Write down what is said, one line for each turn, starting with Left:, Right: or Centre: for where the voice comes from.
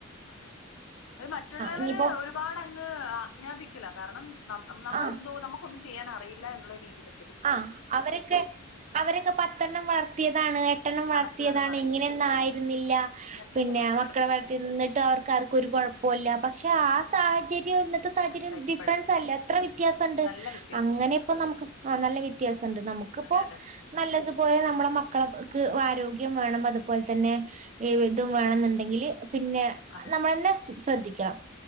Left: അതെ അത് മറ്റുള്ളവര്
Right: ഇനിയിപ്പോ
Left: ഒരുപാട് അങ്ങ് ആജ്ഞാപി ക്കലാ കാരണം നമ്മ നമ്മളെന്തോ
Right: ആഹ്
Left: നമുക്കൊന്നു ചെയ്യാൻ അറിയില്ല എന്നുള്ള രീതിയില
Right: ആ അവരൊക്കെ അവരൊക്കെ പത്തെണ്ണം വളർ ർത്തിയതാണ് പത്തെണ്ണം വളർത്തിയതാണ്
Left: കണക്കുകള് പറയും
Right: ഇങ്ങനെയൊന്നും ആയിരുന്നില്ല
Left: അങ്ങനത്തെ
Right: പിന്നെ
Left: കണക്കുകള്
Right: മക്കളെ വളർത്തിട്ടും അവർക്ക് ആർക്കും ഒരു കുഴപ്പോല്ല ബട്ട്‌ പക്ഷെ ആ സാഹചര്യ വും ഇന്നത്തെ സാഹചര്യം
Left: അല്ല ഇപ്പഴ്
Right: ഡിഫറൻസ് അല്ലെ എത്ര വ്യത്യാസമുണ്ട്
Left: നല്ല വ്യത്യാസമുണ്ട്
Right: അങ്ങനെ ഇപ്പോ നമുക്ക് നല്ല വ്യത്യാസമുണ്ട് നമുക്കിപ്പോ
Left: അതെ അതെ
Right: നല്ലതുപോലെ നമ്മളെ മക്കളെ ആരോഗ്യം വേണം അതുപോലെ തന്നെ ഇതും വേണംന്നുണ്ടെങ്കിൽ പിന്നെ
Left: അതെ
Right: നമ്മളെന്നെ ശ്രദ്ധിക്കാം